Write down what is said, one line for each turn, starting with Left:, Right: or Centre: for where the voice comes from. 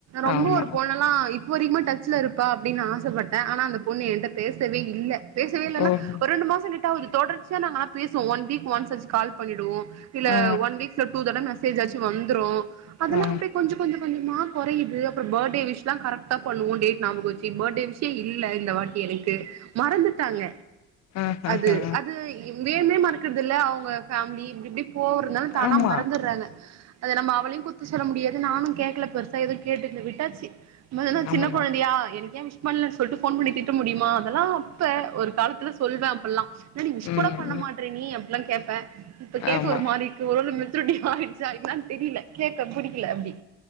Right: ரொம்ப
Left: ஆமா
Right: ஒரு பொண்ணெல்லா இப் ப வரைக்குமே டச்ல இருப்பா அப்டின் ஆசப்பட்டே ஆனா அந்த பொண்ணு ஏன்ட்ட பேசவே இல்ல பேசவே இல்லனா
Left: ஓஹோ
Right: ஒர் ரெண்டு மாசோ கிட்ட ஆவுது தொடர்ச்சியா நாங்க ஆனா பேசுவோ ஒன் வீக் ஒன்ஷ் ஆச்சி கால் பண்ணிடுவோ இல்ல
Left: ஆ
Right: ஒன் வீக்ல டூ தட மெசேஜ் ஆச்சி வந்ரூ அதெல்லா
Left: ஆ
Right: அப்டியே கொஞ்ச கொஞ்ச கொஞ்சமா கொறையிது அப்றொ பர்டே விஷ்லா கரெக்டா பண்ணுவோ டேட் ஞாபகொ வச்சி பர்டே விஷ்ஷே இல்ல இந்த வாட்டி டு மறந்துட்டாங்க
Left: ஆ ஆ
Right: அது
Left: ஆ
Right: அது வேணும்னே மறக்குறதில்ல அவங்க ஃபேம்லீ இப்டி இப்டி போறனால தானா
Left: ஆமா
Right: மறந்துர்றாங்க அத நம்ம அவளையு குத்தொ சொல்ல முடியாது நானு கேக்கல பெருசா எதுவு கேட்டுக்க விட்டாச்சி நம்மதென்ன
Left: ஆமாண்ணா
Right: சின்ன கொழந்தயா எனக்கு ஏ விஷ் பண்ணலன்னு சொல்ட்டு ஃபோன் பண்ணி திட்ட முடியுமா அதெல்லா அப்ப ஒரு காலத்துல சொல்லூவே அப்பல்லா எனடி விஷ்
Left: ம்
Right: கூட பண்ண
Left: ம்
Right: மாட்ற நீ அப்பில்லா கேப்பே இப்ப கேக்க
Left: ஆமா
Right: ஒரு மாரி இருக்கு ஒரு வேள மெச்சுரிட்டி ஆயிருச்சா என்னான் தெரில கேக்க புடிக்கல அப்டி